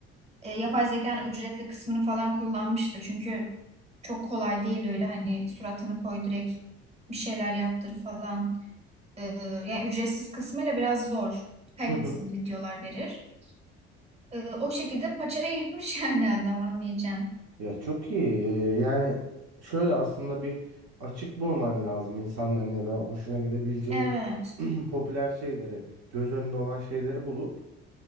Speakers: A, on the right; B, on the right.
A: e, yapay zekanın ücretli kısmını falan kullanmıştır. Çünkü çok kolay değil öyle hani suratını koy direkt bir şeyler yaptır falan. E, yani ücretsiz kısmıyla biraz zor. Kalitesiz
B: Hı hı.
A: videolar verir. E, o şekilde paçayı yırtmış <laughs> yani adam anlayacağım.
B: Ya çok iyi. Ee, Yani şöyle aslında bir açık bulman lazım insanların ya da hoşuna gidebileceği
A: Evet.
B: <clears throat> popüler şeyleri, göz önünde olan şeyleri bulup